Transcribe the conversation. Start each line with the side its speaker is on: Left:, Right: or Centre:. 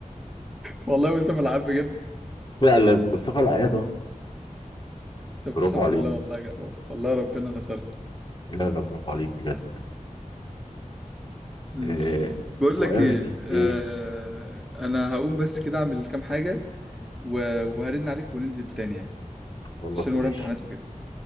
Centre: والله مصطفى العقاد بجد
Left: فعلا مصطفى العقاد اهو
Centre: طب
Left: برافو
Centre: الحمد
Left: عليك
Centre: لله والله يا جماعة. والله ربنا نصرنا
Left: لا لا برافو عليك بجد
Centre: ماشي.
Left: آه
Centre: بقول
Left: سؤالك
Centre: لك ايه
Left: ايه
Centre: آه انا هقوم بس كده اعمل كام حاجة و- وهرن عليك وننزل تاني يعني
Left: خلاص
Centre: عشان ورايا
Left: ماشي
Centre: امتحانات وكده